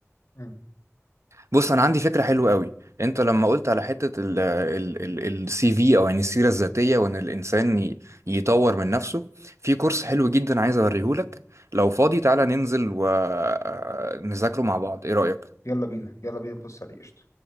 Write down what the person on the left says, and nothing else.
مم.
يلا بينا يلا بينا نبص عليه قشطة.